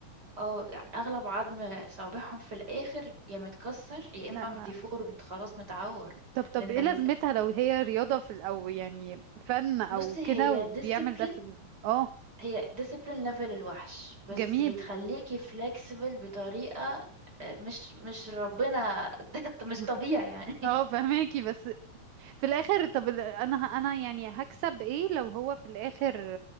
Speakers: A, on the right; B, on the right.
A: اه اغلب عظم صابعهم في الاخر يا متكسر يا اما
B: لا لا
A: ديفورمد خلاص متعور
B: طب طب
A: لان
B: ايه
A: ال...
B: لازمتها لو هي رياضة في او يعني فن او
A: بصي هي
B: كده وبيعمل
A: ديسيبلين
B: ده في اه
A: هي ديسيبلين ليفل الوحش بس
B: جميل
A: بتخليكي فلكسبل بطريقة آه، مش مش ربنا <laughs> مش
B: <laughs>
A: طبيعي يعني
B: اه فهماكي بس في الاخر طب ال- انا انا يعني هكسب ايه لو هو في الاخر